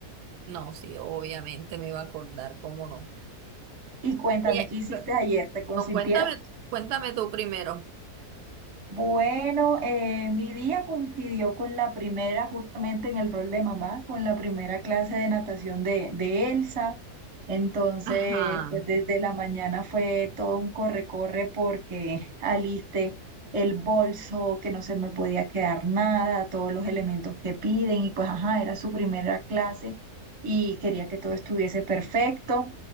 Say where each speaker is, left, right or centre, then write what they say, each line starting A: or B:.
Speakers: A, on the right; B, on the right.
A: No, sí, obviamente me iba a acordar, ¿cómo no?
B: Y cuéntame,
A: ¿Y qué?
B: ¿qué hiciste ayer? ¿Te consintieron?
A: No, cuéntame, cuéntame tú primero.
B: Bueno, eh, mi día coincidió con la primera, justamente en el rol de mamá, con la primera clase de natación de, de Elsa. Entonces,
A: Ajá.
B: pues desde la mañana fue todo un corre-corre porque alisté el bolso, que no se me podía quedar nada, todos los elementos que piden y pues, ajá, era su primera clase y quería que todo estuviese perfecto.